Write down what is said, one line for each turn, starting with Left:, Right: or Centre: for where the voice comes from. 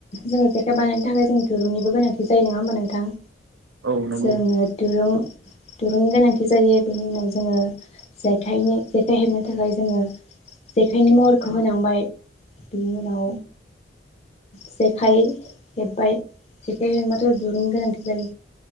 Left: जोङो जेखाइ बानायनो थाखाय जों दिरुंनिबो गोनांथि जायो नङा होमबा नोंथां?
Right: औ नंगौ
Left: जोङो दुरुं दुरुंनि गोनांथि जायो बेनि उनाव जोङो जेखायनि जेखाइ हेबनो थाखाय जोङो जेखायनि महरखौ होनांबाय बिनि उनाव
Right: उम
Left: जेखाइ हेब्बाय जेखाइ हेबबाथ' दुरुंनि गोनांथि जायो।